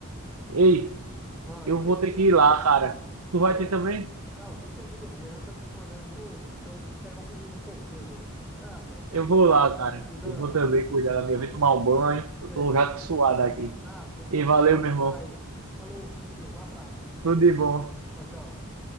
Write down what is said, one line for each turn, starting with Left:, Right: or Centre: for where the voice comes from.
Right: Ei.
Centre: ah, eu
Right: Eu
Centre: tenho
Right: vou
Centre: que,
Right: ter que ir lá, cara. Tu
Centre: ah,
Right: vai
Centre: eu,
Right: ter também?
Centre: Não, tem que ir ali. A mulher já tá me chamando. Eu acho que eu- precisamos pegar um menino um pouquinho agora. Ah, sabe como
Right: Eu
Centre: é que é?
Right: vou
Centre: né?
Right: lá, cara.
Centre: Vida.
Right: Eu vou também cuidar da minha vida, tomar um banho. Eu
Centre: Sei.
Right: tô já suado aqui.
Centre: Ah, sei como
Right: E
Centre: é que
Right: valeu,
Centre: é. Vida
Right: meu
Centre: de pai.
Right: irmão.
Centre: Falou, fica com Deus. Abraço, fica com
Right: Tudo
Centre: Deus.
Right: de bom.
Centre: Tchau, tchau.